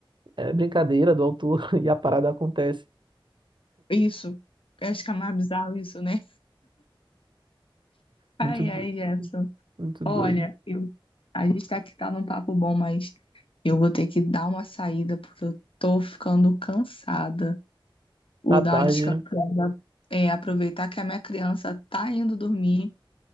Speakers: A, on the right; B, on the left.
A: é, brincadeira do autor <laughs> e a parada acontece.
B: Isso. Eu acho que é mais bizarro isso, né? Ai,
A: Muito, do-
B: ai, Jefferson.
A: muito
B: Olha,
A: doido.
B: eu, a gente tá aqui tá num papo bom, mas eu vou ter que dar uma saída porque eu tô ficando cansada. Vou
A: Tá tarde,
B: dar uma descansada,
A: né?
B: é, aproveitar que a minha criança tá indo dormir,